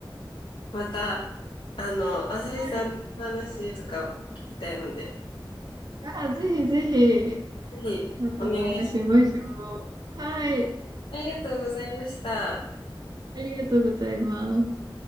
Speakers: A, on the left; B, on the right.
A: また、あの、あさりさんの話とかを聞きたいので、
B: はい。あ、ぜひぜひ。
A: ぜひお願いします。
B: また話しましょう。はい。
A: ありがとうございました。
B: ありがとうございます。